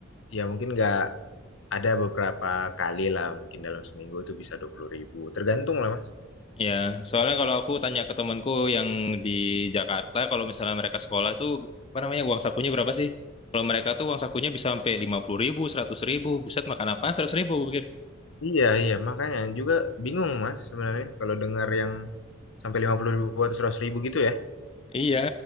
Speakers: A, on the left (about 65°); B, on the left (about 25°).
A: Ya, mungkin nggak ada beberapa kali lah. Mungkin dalam seminggu itu bisa 20 ribu. Tergantung lah, Mas.
B: Ya, soalnya kalau aku tanya ke temanku yang di Jakarta, kalau misalnya mereka sekolah tuh apa namanya uang sakunya berapa sih? Kalau mereka tuh uang sakunya bisa sampai 50 ribu, 100 ribu. Buset makan apa? seratus ribu pikir.
A: Iya, iya. Makanya juga bingung, Mas, sebenarnya. Kalau dengar yang sampai 50 ribu atau seratus ribu gitu ya.
B: Iya,